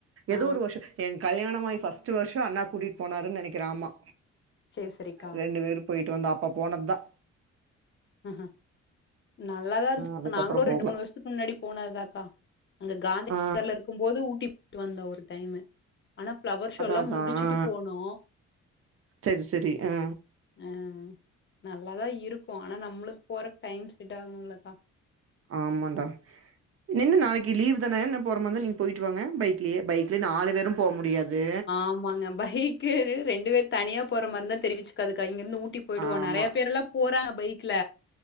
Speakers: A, on the left (about 40°); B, on the right (about 50°).
A: ஆ
B: ஏதோ ஒரு வருஷோ எ கல்யாணமாய் ஃபஸ்ட்டு வருஷோ அண்ணா கூட்டிட் போனாருன் நெனைக்குறே அம்மா
A: சேரி சேரிக்கா
B: ரெண்டு பேரு போய்ட்டு வந்தோ அப்பா போனத்தா
A: ம் நல்லாதா இருந் இப்ப
B: அதுக்கப்புறோ
A: நாங்குளு
B: போகல
A: ரெண்டு மூணு வர்ஷத்துக் கு முன்னாடி போனதாக்கா அங்க காந்தி
B: ஆ
A: நகர்ல இருக்கும்போது ஊட்டிக் போய்ட்டு வந்தோ ஒரு டைமு ஆனா ஃபளவர் ஷோலா
B: அதா அதா
A: முடிச்சுட்டு
B: ஆ
A: போனோ
B: செரி செரி ஆ
A: ஆ நல்லாதா இருக்கு ஆனா நம்ளுக் போறக் டைம் செட் ஆகணுலக்கா
B: ஆமாடா நின்னு நாளைக்கு லீவதான என்ன போற மார்ருந்த நீங்க போய்ட்டு வாங்க பைக்லயே பைக்லய நாலு பேரு போ முடியாது
A: ஆமாங்க பைக் கு ரெண்டு பேர் தனியா போற மார்ருந்தா தெரிவிச்சுக்காதுக்கா இங்கருந்து ஊட்டி போய்டுவோ
B: ஆமா
A: நறைய பேரலா போறாங்க பைக்ல